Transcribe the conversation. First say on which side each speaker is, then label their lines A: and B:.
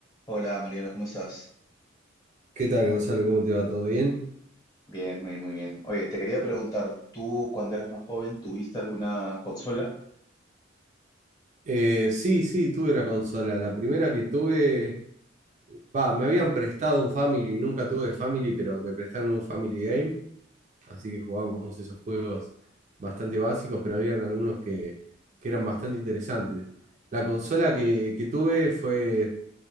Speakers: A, on the left; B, on the right.
A: Hola Mariano, ¿cómo estás?
B: ¿Qué tal, Gonzalo? ¿Cómo te va? ¿Todo bien?
A: Bien, muy, muy bien. Oye, te quería preguntar, ¿tú cuando eras más joven tuviste alguna consola?
B: Eh, sí, sí, tuve una consola. La primera que tuve, va, me habían prestado un Family, nunca tuve Family, pero me prestaron un Family Game, así que jugábamos esos juegos bastante básicos, pero habían algunos que, que eran bastante interesantes. La consola que, que tuve fue